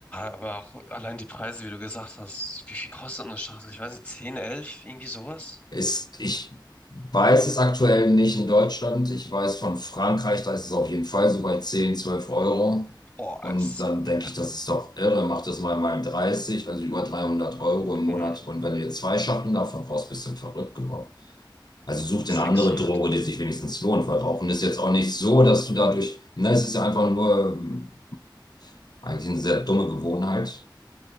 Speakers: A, on the left; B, on the left.
A: aber auch allein die Preise, wie du gesagt hast, wie viel kostet eine Schachtel? Ich weiß nicht, zehn, elf, irgendwie sowas?
B: Ist, ich weiß es aktuell nicht in Deutschland. Ich weiß von Frankreich, da ist es auf jeden Fall so bei 10, 12 Euro.
A: Boah,
B: Und
A: ist
B: dann denke
A: verrückt.
B: ich, das ist doch irre. Mach das mal mal 30, also über 300 Euro im Monat.
A: Mhm.
B: Und wenn du jetzt zwei Schachteln davon brauchst, bist du verrückt geworden. Also such dir eine
A: 600.
B: andere Droge, die sich wenigstens lohnt, weil Rauchen ist jetzt auch nicht so, dass du dadurch, ne, es ist ja einfach nur ähm, eigentlich eine sehr dumme Gewohnheit,